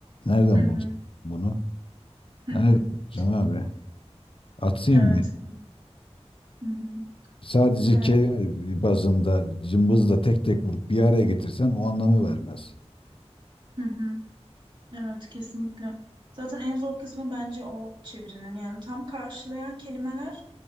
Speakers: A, on the left; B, on the right.
A: Nereden
B: Hı hı.
A: bulacağım bunu?
B: <laughs>
A: Nereden bulacağım abi? Atayım
B: Evet.
A: mı?
B: Hı hı.
A: Sadece
B: Evet.
A: kelime bazında cımbızla tek tek vurup bir araya getirsen o anlamı vermez.
B: Hı hı. Evet kesinlikle. Zaten en zor kısmı bence o çevirinin yani tam karşılayan kelimeler